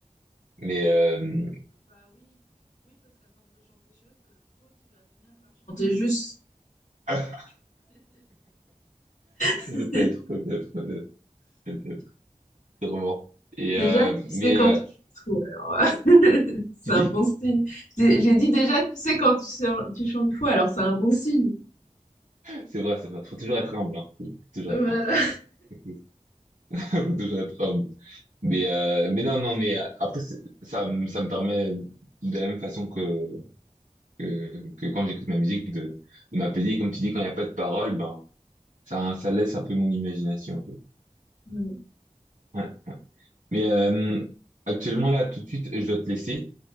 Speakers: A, on the right (about 80°); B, on the left (about 75°).
A: mais, euh...
B: Juste,
A: <laughs>
B: <laughs>
A: peut-être, peut-être, peut-être, peut-être, sûrement. Et,
B: déjà,
A: euh,
B: tu sais
A: mais,
B: quand
A: euh,
B: tu chantes. fou, alors, euh, <laughs> c'est
A: tu dis?
B: un bon signe. J'ai j'ai dit déjà, tu sais quand tu, sors- tu chantes fou, alors c'est un bon signe.
A: C'est vrai, c'est vrai. Faut toujours être humble, hein. Faut toujours
B: Voilà.
A: être humble. <laughs> Faut toujours être humble. Mais, euh, mais non, non, mais euh, après, c'est- ça, me- ça me permet de la même façon que, que, que quand j'écoute ma musique de, de m'apaiser. Et Comme tu dis, quand il n'y a pas de parole, ben, ça, ça laisse un peu mon imagination un peu.
B: Mm.
A: Ouais. Mais euh, actuellement, là, tout de suite, je dois te laisser.